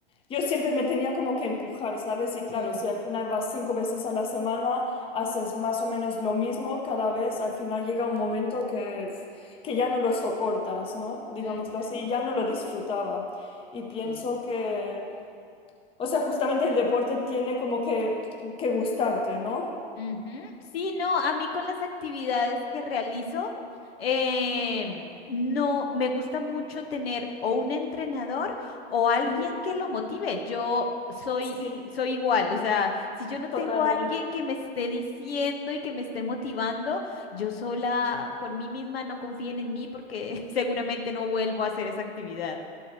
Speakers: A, on the left; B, on the left.
A: yo siempre me tenía como que empujar, ¿sabes? Y claro,
B: mm,
A: si al final vas cinco veces a la semana, haces más o menos lo mismo cada vez, al final llega un momento que, que ya no lo soportas, ¿no? Digámoslo
B: ujú,
A: así, ya no lo disfrutaba. Y pienso
B: Sí.
A: que, o sea, justamente el deporte tiene como que, que gustarte, ¿no?
B: Ujú. Sí, no, a mí con las actividades que realizo, em, no me gusta mucho tener o un entrenador o alguien
A: Mm.
B: que lo motive. Yo soy,
A: Sí,
B: soy igual, o sea, si yo no
A: totalmente.
B: tengo a alguien que me esté diciendo y que me esté motivando, yo sola por mí misma no confíen en mí porque <laughs> seguramente no vuelvo a hacer esa actividad.